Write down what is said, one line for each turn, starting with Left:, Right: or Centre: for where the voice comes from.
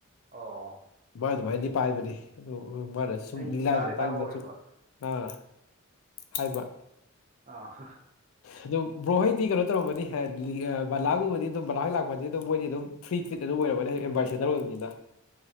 Right: ꯑꯣ
Left: ꯃꯥ ꯑꯗꯨꯃꯥꯏꯅꯗꯤ ꯄꯥꯏꯕꯅꯦ ꯑꯗꯨ ꯎ ꯃꯥꯅ ꯁꯨꯝ
Right: ꯑꯩ
Left: ꯂꯤꯂꯥꯏ
Right: ꯇꯥꯗꯤ
Left: ꯃꯇꯥꯡꯗ
Right: ꯇꯥꯍꯧꯋꯦꯕ
Left: ꯁꯨꯝ ꯑꯥ ꯍꯥꯏꯕ
Right: ꯑ
Left: ꯑꯗꯨ ꯑꯗꯨ ꯕ꯭ꯔꯣꯍꯩꯗꯤ ꯀꯩꯅꯣ ꯇꯧꯔꯝꯝꯕꯗꯤ ꯕꯂꯥꯒꯨꯝꯕꯗꯤ ꯑꯗꯨꯝ ꯕꯂꯥ ꯍꯩ ꯂꯥꯛꯄꯁꯗꯤ ꯑꯗꯨꯝ ꯃꯣꯏꯗꯤ ꯑꯗꯨꯝ ꯐ꯭ꯔꯤ ꯇ꯭ꯔꯤ ꯑꯗꯨ ꯑꯣꯏꯔꯔꯕꯅꯦ ꯕꯥꯏ ꯁꯦꯇꯔ ꯑꯣꯏꯕꯖꯤ